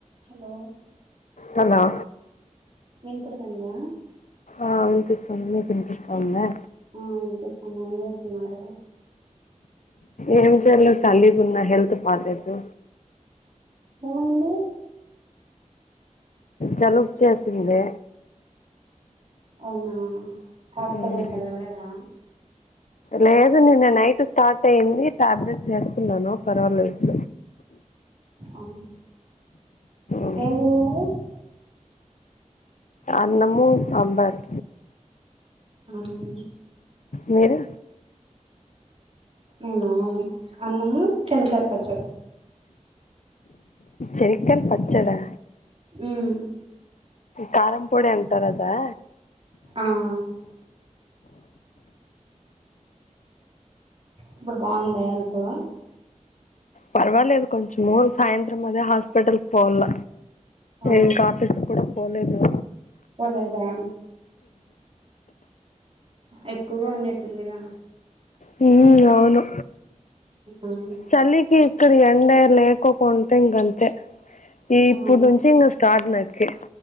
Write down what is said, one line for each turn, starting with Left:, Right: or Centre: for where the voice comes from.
Right: Hello
Left: hello
Right: వినపడతాందా
Left: ఆ వినిపిస్తుంది మీకు వినిపిస్తుందా
Right: మ్మ్ ఇనిపిస్తుంది ఏం చేస్తున్నార
Left: ఏం చేయలే కాలిగున్నా హెల్త్ బాలేదు
Right: ఏమైంది
Left: జలుబు చేసింది
Right: అవునా హాస్పిటల్కి
Left: ఉమ్,
Right: వెళ్ళలేదా
Left: లేదు నిన్నా నైట్ స్టార్ట్ అయ్యింది టాబ్లెట్స్ వేసుకున్నాను పర్వాలేదు
Right: అవున
Left: ఉమ్,
Right: ఏమితిన్నారు
Left: అన్నమూ సాంబారు
Right: మ్మ్
Left: మీరు
Right: మ్మ్ అన్నము శనకాయల పచ్చడి
Left: శనక్కాయల పచ్చడా
Right: మ్మ్
Left: కారం పొడి అంటారదా
Right: అవు ఇబ్బుడు బాగుందా అంతా
Left: పర్వాలేదు కొంచము సాయంత్రం అదే హాస్పిటల్కి పోవల్ల
Right: ఆ
Left: ఇంకా ఆఫీస్కి కూడా పోలేదు
Right: పోలేదా ఎక్కువగా ఉన్నట్టుందిగా
Left: హ్మ్మ్ అవును
Right: ఉమ్,
Left: చలికి ఇక్కడ ఎండ లేకుకుంటే ఇంగంతే ఈ
Right: ఆ
Left: ఇప్పుడు నుంచి ఇంగ స్టార్ట్ నైట్ కీ